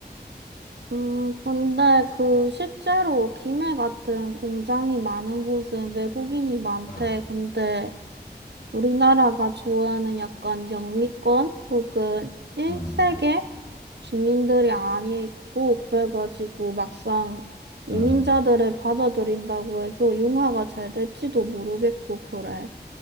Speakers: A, on the right; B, on the left.
A: 음, 근데 그 실제로 김해 같은 공장이 많은 곳은 외국인이 많대.
B: 응.
A: 근데 우리나라가 좋아하는 약간 영미권 혹은 일세계
B: 응
A: 주민들이 아니고 그래가지고 막상 이민자들을
B: 응.
A: 받아들인다고 해서 융화가 잘 될지도 모르겠고 그래.